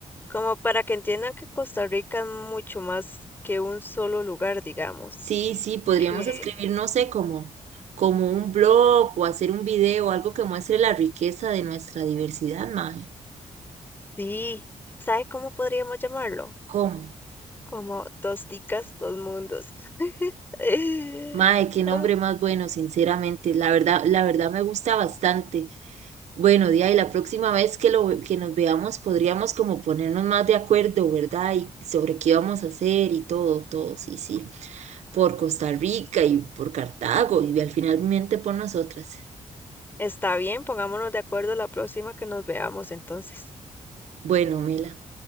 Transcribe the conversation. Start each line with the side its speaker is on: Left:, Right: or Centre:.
Left: como para que entiendan que Costa Rica es mucho más que un solo lugar, digamos.
Right: Sí, sí, podríamos
Left: Que
Right: escribir, no sé, como, como un blog o hacer un video, algo que muestre la riqueza de nuestra diversidad, mae.
Left: sí, ¿sabe cómo podríamos llamarlo?
Right: ¿Cómo?
Left: Como dos ticas, dos mundos. <laughs>
Right: Mae, qué nombre más bueno, sinceramente. La verdad, la verdad me gusta bastante. Bueno, Día, y la próxima vez que, lo, que nos veamos podríamos como ponernos más de acuerdo, ¿verdad? Y sobre qué vamos a hacer y todo, todo, sí, sí. Por Costa Rica y por Cartago y al finalmente por nosotras.
Left: Está bien, pongámonos de acuerdo la próxima que nos veamos entonces.
Right: Bueno, Mela.